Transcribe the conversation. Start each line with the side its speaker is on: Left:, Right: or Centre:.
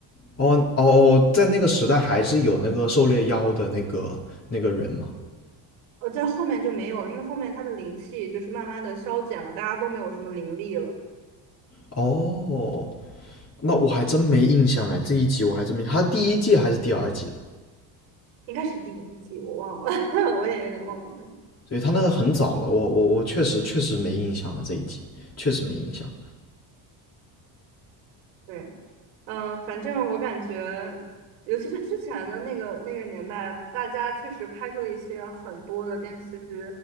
Left: 哦哦哦，在那个时代还是有那个狩猎妖的那个那个人嘛。
Right: 呃，在后面就没有了，因为后面他的灵气就是慢慢的消减了，大家都没有什么灵力了。
Left: 哦，那我还真没印象哎，这一集我还真没，他第一季还是第二季的，
Right: 应该是第一季，我忘了，<laughs> 我也有点忘了。对
Left: 所以他那个很早了，我我我确实确实没印象了，这一集确实没印象。
Right: 对，呃，反正我感觉，尤其是之前的那个那个年代，大家确实拍出了一些很多的电视剧，